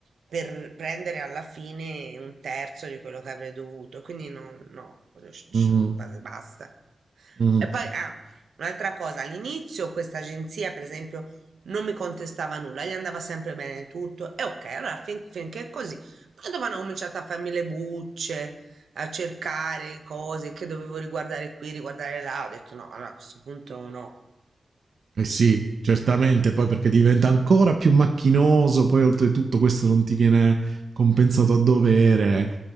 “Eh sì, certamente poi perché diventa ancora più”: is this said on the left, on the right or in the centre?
Right